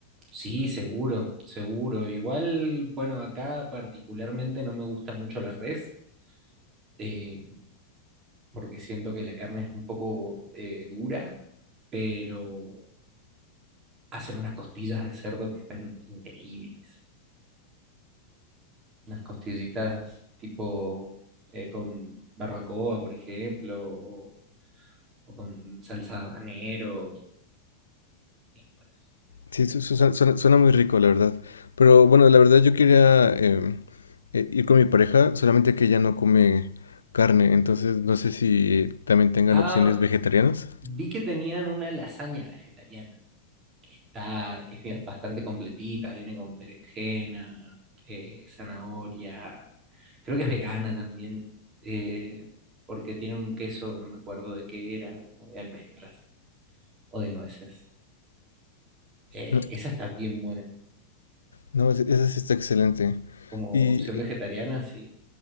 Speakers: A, on the right; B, on the left.
A: Sí, seguro, seguro. Igual, bueno, acá particularmente no me gusta mucho la res, eh, porque siento que la carne es un poco eh, dura, pero hacen unas costillas de cerdo que están increíbles. Unas costillitas tipo eh, con barbacoa, por ejemplo, o, o con salsa de habanero. Bien, bueno.
B: Sí, su- su- suena, suena- muy rico, la verdad. Pero bueno, la verdad yo quería em, eh, ir con mi pareja, solamente que ella no come carne, entonces no sé si también tengan
A: Ah,
B: opciones vegetarianas.
A: vi que tenían una lasaña vegetariana, está- que es bastante completita, viene con berenjena, eh, zanahoria, creo que es vegana también, eh, porque tiene un queso, no me acuerdo de qué era, como de almendras o de nueces. Eh,
B: No,
A: esa está bien buena,
B: no, es- esa sí está excelente.
A: como
B: ¿Y,
A: opción vegetariana, sí.